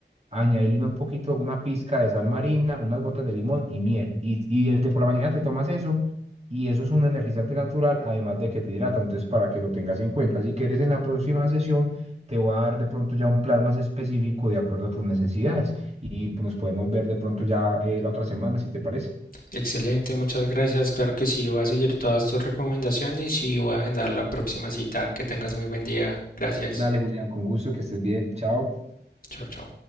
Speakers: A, on the right; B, on the left.
A: añadirle un poquito, una pizca de sal marina, unas gotas de limón y miel. Y, y desde por la mañana te tomas eso y eso es un energizante natural, además de que te hidrata. Entonces, para que lo tengas en cuenta, si quieres en la próxima sesión, te voy a dar de pronto ya un plan más específico de acuerdo a tus necesidades y pues, nos podemos ver de pronto ya eh, la otra semana, si te parece.
B: Excelente, muchas gracias. Claro que sí, voy a seguir todas tus recomendaciones y voy a agendar la próxima cita. Que tengas muy buen día. Gracias.
A: Dale, Julián, con gusto, que estés bien. Chao.
B: Chao, chao.